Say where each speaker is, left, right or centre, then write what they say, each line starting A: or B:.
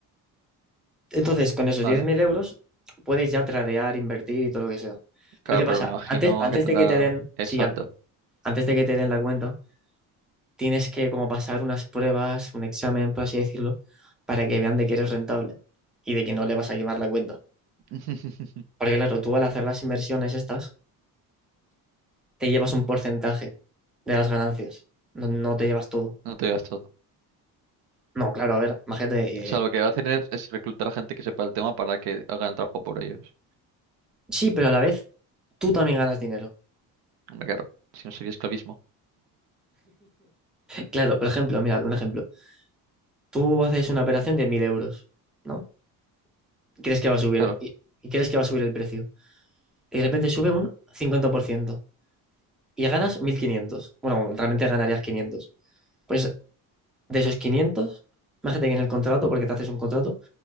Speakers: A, in the centre; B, on the right.
A: Entonces, con esos
B: Vale,
A: diez mil euros puedes ya tradear, invertir y todo lo que sea. Pero
B: claro,
A: ¿qué pasa?
B: pero me imagino
A: Antes, antes
B: que tendrá
A: de que te den,
B: exacto.
A: sí, an- antes de que te den la cuenta, tienes que como pasar unas pruebas, un examen, por así decirlo, para que vean de que eres rentable y de que no le vas a llevar la cuenta.
B: <laughs>
A: Porque claro, tú al hacer las inversiones estas, te llevas un porcentaje de las ganancias. No, no te llevas todo.
B: No te digas todo.
A: No, claro, a ver, imagínate,
B: O sea,
A: eh,
B: lo que va a hacer es, es reclutar a gente que sepa el tema para que hagan el trabajo por ellos.
A: sí, pero a la vez tú también ganas dinero. <laughs>
B: Hombre, claro, si no sería esclavismo.
A: Claro, por ejemplo, mira, un ejemplo. Tú haces una operación de 1.000 euros, ¿no? Y Crees que va a subir,
B: Claro.
A: y, y crees que va a subir el precio. Y de repente sube un 50% y ganas 1.500. Bueno, realmente ganarías 500. Pues de esos 500, imagínate que en el contrato, porque te haces un contrato,